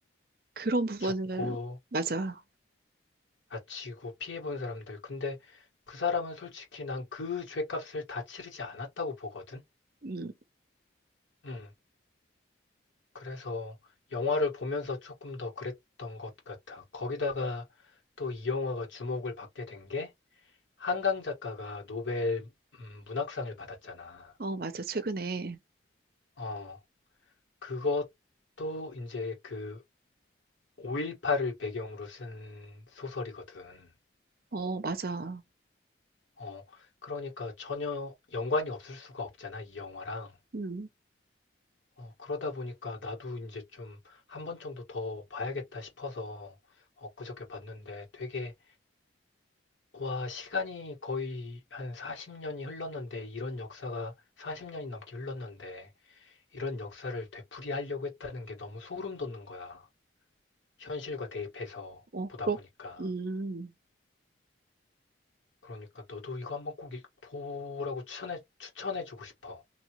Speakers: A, on the right; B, on the left.
A: 그런 부분을,
B: 죽고
A: 맞아.
B: 다치고 피해본 사람들. 근데 그 사람은 솔직히 난 그 죄값을 다 치르지 않았다고 보거든.
A: 음,
B: 음. 그래서 영화를 보면서 조금 더 그랬던 것 같아. 거기다가 또 이 영화가 주목을 받게 된 게 한강 작가가 노벨 음, 문학상을 받았잖아.
A: 어, 맞아. 최근에.
B: 어, 그것도 이제 그 5.18을 배경으로 쓴 소설이거든.
A: 어, 맞아.
B: 어, 그러니까 전혀 연관이 없을 수가 없잖아, 이 영화랑.
A: 음,
B: 어, 그러다 보니까 나도 이제 좀 한 번 정도 더 봐야겠다 싶어서 엊그저께 봤는데 되게 와, 시간이 거의 한 40년이 흘렀는데, 이런 역사가 40년이 넘게 흘렀는데, 이런 역사를 되풀이하려고 했다는 게 너무 소름 돋는 거야. 현실과 대입해서
A: 어,
B: 보다
A: 그렇,
B: 보니까.
A: 음,
B: 그러니까 너도 이거 한번 꼭 읽- 보라고 추천해, 추천해주고 싶어.